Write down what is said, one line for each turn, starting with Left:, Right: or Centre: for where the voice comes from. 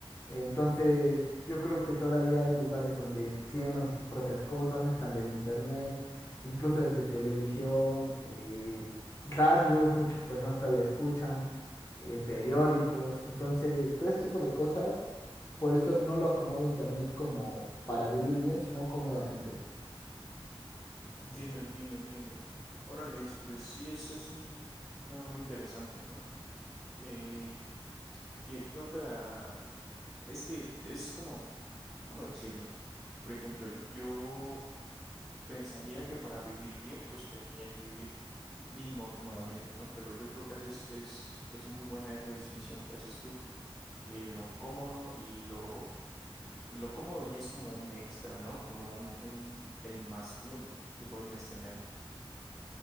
Left: Entonces, yo creo que todavía hay lugares donde siembran sus propias cosas, no están del internet, incluso desde televisión, eh, radios, muchas personas todavía escuchan, eh, periódicos. Entonces, todo este tipo de cosas, por eso no lo acomoda internet como para vivir bien, sino cómodamente.
Centre: Entiendo, entiendo, entiendo. Órales, pues sí, ese es un tema muy interesante, ¿no? Eh, ¿qué, qué otra? Es que es como, ¿cómo decirlo? Por ejemplo, yo pensaría que para vivir bien, pues te tendría que vivir mínimo cómodamente, ¿no? Pero yo creo que haces, es, es muy buena esa distinción que haces tú, que lo cómodo y lo, pues lo cómodo ya es como un extra, ¿no? Como un, un, el más uno que podrías tener.